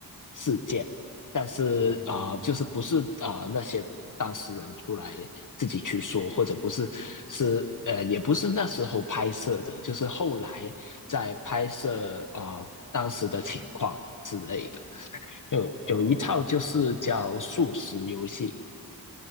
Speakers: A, on the left (about 50°); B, on the right (about 30°).
A: 事件，但是啊、
B: 嗯嗯嗯，
A: 就是不是啊、那些当事人出来自己去说，或者不是是呃，也不是那时候拍摄的，就是后来在拍摄啊、当时的情况之类的。有有一套就是叫素食游戏，
B: 哦，